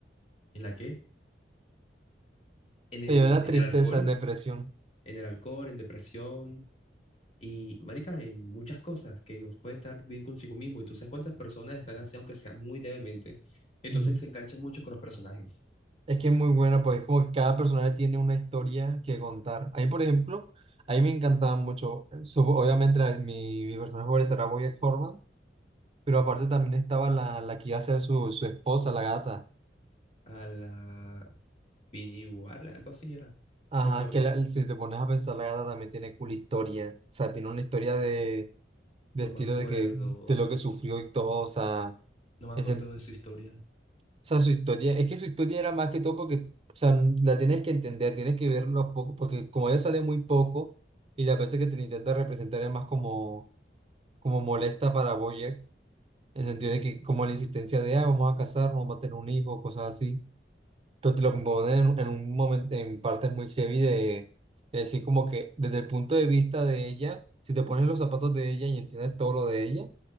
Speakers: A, on the left; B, on the right.
A: ¿en la qué? En el,
B: Oye, la
A: en
B: tristeza,
A: el alcohol,
B: depresión.
A: en el alcohol, en depresión Y, marica, en muchas cosas que nos puede estar bien consigo mismo. Y tú sabes cuántas personas están así, aunque sea muy levemente. Entonces
B: Ujú.
A: se enganchan mucho con los personajes.
B: Es que es muy buena, pues es como que cada personaje tiene una historia que contar. A mí, por ejemplo, a mí me encantaba mucho. so- Obviamente, la- mi, mi personaje favorito era Bojack Horseman, pero aparte también estaba la, la que iba a ser su, su esposa, la gata.
A: A la Vinnie Warla, algo así era.
B: Ajá,
A: No me acuerdo.
B: que la- si te pones a pensar, la gata también tiene cool historia. O sea, tiene una historia de, de
A: No
B: estilo
A: me acuerdo.
B: de que de lo que sufrió
A: n-
B: y todo. O sea,
A: No me
B: en
A: acuerdo
B: sen- o
A: de su historia.
B: sea, su historia, es que su historia era más que todo porque, o sea, la tienes que entender, tienes que verlo poco, porque como ella sale muy poco y la persona que te la intenta representar es más como, como molesta para Boyer, en el sentido
A: Ujú.
B: de que como la insistencia de, ah, vamos a casar, vamos a tener un hijo, cosas así. pero te lo componen en, en un momento, en partes muy heavy de, es decir, como que desde el punto de vista de ella, si te pones en los zapatos de ella y entiendes todo lo de ella,